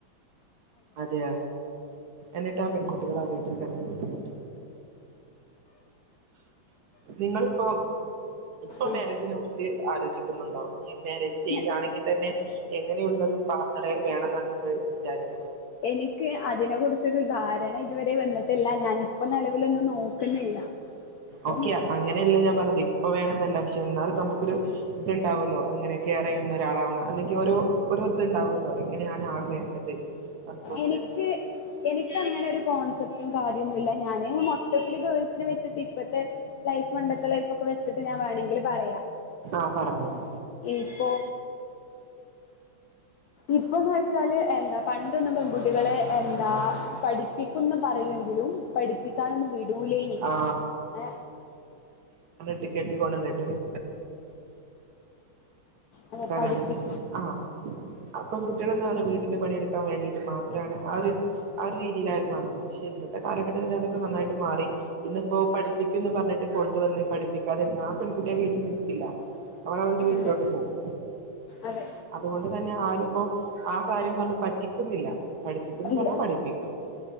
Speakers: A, on the right; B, on the left.
A: അതെയ എന്നിട്ട് ആ പെൺകുട്ടികൾ ആ വീട്ടിൽ കിടന്ന് ബുദ്ധിമുട്ട നിങ്ങളിപ്പം ഇപ്പൊ
B: ആഹ്
A: മാരേജിനെ കുറിച്ചു ആലോചിക്കുന്നുണ്ടോ ഇനിമാരേജ് ചെയ്യുകയാണെങ്കിൽ
B: ഞ
A: തന്നെ എങ്ങനെയുള്ള ഇരു പാർ <unintelligible> വേണമെന്നാണ് നിങ്ങൾ വിചാരിക്കുന്നത്.
B: എനിക്ക് അതിനെ കുറിച്ചൊരു ധാരണ ഇതുവരെ വന്നിട്ടില്ല, ഞാനിപ്പൊ നിലവിലൊന്നും നോക്കുന്നില്ല അപ്പം
A: ഓക്കെയ അങ്ങനെയല്ല ഞാൻ പറഞ്ഞത് ഇപ്പൊ വേണെന്നല്ല പക്ഷെ, എന്നാലും നമുക്കൊരു ഇത്ണ്ട് ഉണ്ടാവല്ലോ അങ്ങനെ കെയർ ചെയ്യുന്ന ഒരാളാവണം അല്ലെങ്കിൽ ഒരു ഓരോ ഇത്ണ്ടാവുമല്ലോ എങ്ങനെയാണ് ആൾ വേണ്ടത് അതുപോലെ
B: എനിക്ക് എനിക്കങ്ങനെ ഒരു കോൺസെപ്റ്റ് റ്റ് കാര്യൊന്നുമില്ല ഞാന് മൊത്തത്തില് ഗേൾസിനെ വെച്ച് ച്ചിട്ട് ഇപ്പത്തെ ലൈഫ് പണ്ടത്തെ ലൈഫ് ഒക്കെ വെച്ചിട്ട്ഞാൻ വേണെങ്കില് പറയാം
A: ആ പറഞ്ഞോളൂ
B: ഇപ്പോ ഇപ്പൊന്ന് വെച്ചാല് എന്താ പണ്ടൊന്നും പെൺകുട്ടികളെ എ ന്താ പഠിപ്പിക്കുന്ന് പറയുവെങ്കിലും പഠിപ്പിക്കാനൊന്നും വിടൂലേനി
A: ആ
B: ഏ
A: ട്ട് കെട്ടി കൊണ്ടന്നിട്ട് പിന്നെ
B: അതെ
A: ക്കാനാണ്
B: പഠിപ്പി
A: ആ അ പ്പെകുട്ടികളന്ന് പറഞ്ഞാ വീട്ടിലെ പണിയെടുക്കാൻ വേണ്ടി ട്ട് മാത്രാണ് ആ ഒരു ആ ഒരു രീതിയിലായിരുന്നു അന്ന് പക്ഷെ ഇന്നി പ്പൊ കാലഘട്ടത്തില് അതൊക്കെ നന്നായിട്ട് മാറി ഇന്നിപ്പോ പഠിപ്പിക്കുംന്ന് പറഞ്ഞിട്ട് കൊണ്ടുവന്ന് പഠിക്കാതിരുന്ന ആ പെൺകുട്ടി ആ വീട്ടിൽ നിൽക്കില്ല അവൾ അവളുടെ വീട്ടിലോട്ട്
B: അതെ
A: പോവും
B: അതെ
A: അതുകൊണ്ട് തന്നെ ആരിപ്പോ ആ കാര്യം പറഞ്ഞ് പറ്റിക്കുന്നില്ല പഠിപ്പിക്കുന്ന്
B: ഇൽ
A: പറഞ്ഞാൽ
B: അ
A: പഠിപ്പിക്കും